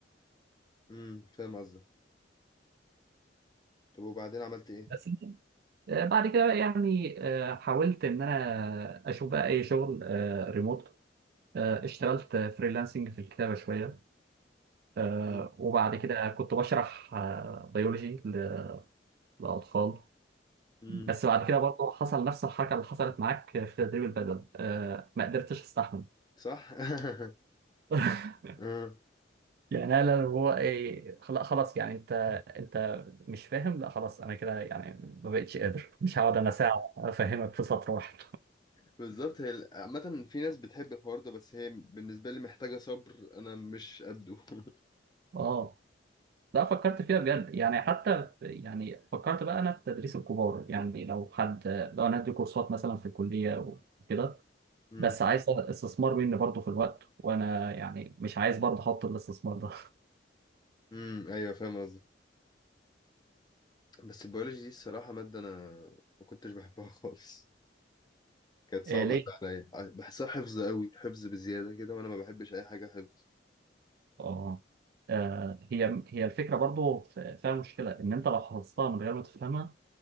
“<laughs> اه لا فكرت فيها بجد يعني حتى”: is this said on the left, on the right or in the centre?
Right